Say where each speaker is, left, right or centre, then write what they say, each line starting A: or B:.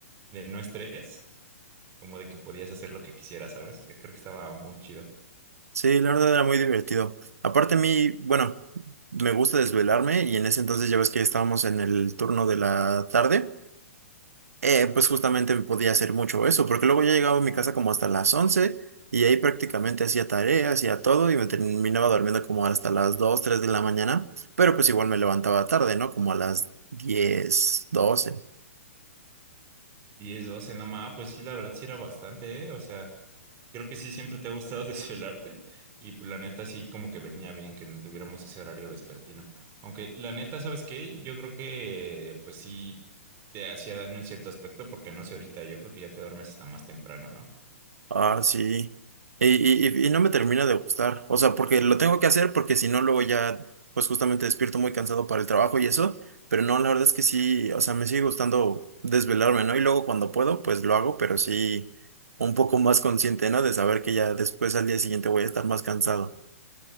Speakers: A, on the right; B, on the right.
A: de no estrés como de que podías hacer lo que quisieras, ¿sabes? Que Creo que estaba muy chido.
B: Sí, la verdad era muy divertido. Aparte a mí, bueno, me gusta desvelarme y en ese entonces ya ves que estábamos en el turno de la tarde, eh, pues justamente me podía hacer mucho eso, porque luego ya llegaba a mi casa como hasta las 11 y ahí prácticamente hacía tareas, hacía todo y me terminaba durmiendo como hasta las 2, 3 de la mañana, pero pues igual me levantaba tarde, ¿no? Como a las 10, 12.
A: 10, 12, no más, pues sí, la verdad sí era bastante, ¿eh? O sea, creo que sí siempre te ha gustado <laughs> desvelarte y pues la neta sí como que venía bien que no tuviéramos ese horario vespertino. Aunque la neta, ¿sabes qué? Yo creo que pues sí te hacía daño en cierto aspecto porque no sé ahorita, yo creo que ya te duermes hasta más temprano, ¿no?
B: Ah, sí. Y, y, y y no me termina de gustar. O sea, porque lo tengo que hacer porque si no, luego ya, pues justamente despierto muy cansado para el trabajo y eso. Pero no, la verdad es que sí, o sea, me sigue gustando desvelarme, ¿no? Y luego cuando puedo, pues lo hago, pero sí un poco más consciente, ¿no? De saber que ya después al día siguiente voy a estar más cansado.